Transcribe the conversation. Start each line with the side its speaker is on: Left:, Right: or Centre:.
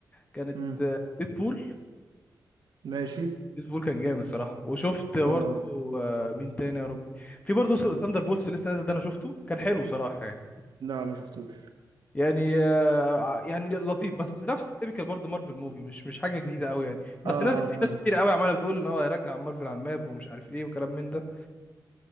Left: كانت
Right: امم
Left: ديدبول
Right: ماشي
Left: ديدبول كان جامد صراحه وشفت برضه
Right: اه
Left: آه، مين تاني يا رب في برضه ثاندر بولس لسه نازل ده انا شفته كان حلو صراحه يعني
Right: لا ما شفتوش
Left: يعني آه، ع- يعني لطيف بس نفس التيبيكال برضه مارفل موفي مش مش حاجه جديده قوي يعني بس
Right: اه
Left: ناس كتير
Right: آه، فاهم
Left: ناس كتير قوي عماله بتقول ان هو هيرجع مارفل على الماب ومش عارف ايه وكلام من ده